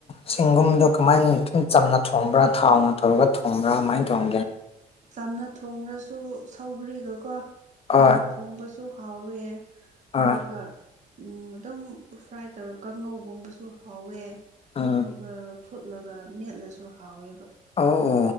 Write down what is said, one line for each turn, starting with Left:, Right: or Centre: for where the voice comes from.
Left: ꯆꯤꯡꯒꯨꯝꯗꯣ ꯀꯃꯥꯏꯅ ꯁꯨꯝ ꯆꯝꯅ ꯊꯣꯝꯕ꯭ꯔꯥ ꯊꯥꯎꯅ ꯇꯧꯔꯒ ꯊꯣꯝꯕ꯭ꯔꯥ ꯀꯃꯥꯏꯅ ꯊꯣꯡꯒꯦ
Right: ꯆꯝꯅ ꯊꯣꯡꯉꯁꯨ ꯁꯧꯒ꯭ꯔꯤꯒꯀꯣ
Left: ꯍꯣꯏ
Right: ꯆꯝꯅ ꯊꯣꯡꯕꯁꯨ ꯍꯥꯎꯋꯦ
Left: ꯍꯣꯏ
Right: ꯑꯗꯨꯒ ꯎꯝ ꯑꯗꯨꯝ ꯐ꯭ꯔꯥꯏ ꯇꯧꯔ ꯀꯥꯡꯉꯧꯒꯨꯝꯕꯁꯨ ꯍꯥꯎꯋꯦ
Left: ꯑ
Right: ꯑꯗꯨꯒ ꯐꯨꯠꯂꯒ ꯃꯦꯠꯂꯁꯨ ꯍꯥꯎꯋꯦꯕ
Left: ꯑꯣ